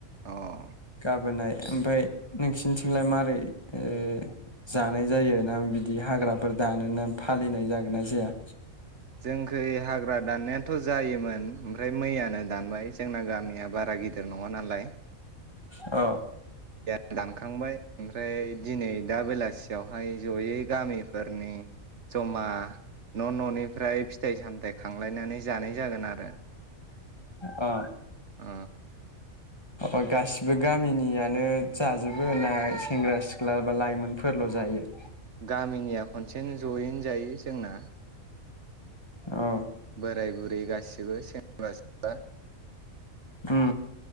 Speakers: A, on the right; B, on the left.
A: अ
B: गाबोनआय ओमफाय नोंसिनिथिंलाय मारै ओ जानाय जायोना बिद दि हाग्राफोर दानोना फालिनाय जागोन ना जाया?
A: जोंखै हाग्रा दाननाया थ' जायोमोन ओमफ्राय मैयानो दानबाय जोंना गामिया बारा गिदिर नङा नालाय
B: अ
A: दा दानखांबाय ओमफ्राय दिनै दा बेलासियावहाय ज'यै गामिफोरनि जमा न' न'निफ्राय फिथ थाइ सामथाय खांलायनानै ज जानाय जागोन आरो
B: अ
A: ओ
B: अ गासिबो गामिनियानो जाजोबो ना सेंग्रा सिख्ला बा लाइमोनफोरल' जायो
A: गामिनिया खनसेनो ज'यैनो जायो जोंना
B: अ
A: बोराय बुरै गासिबो सेंग्रा सिख्ला
B: उम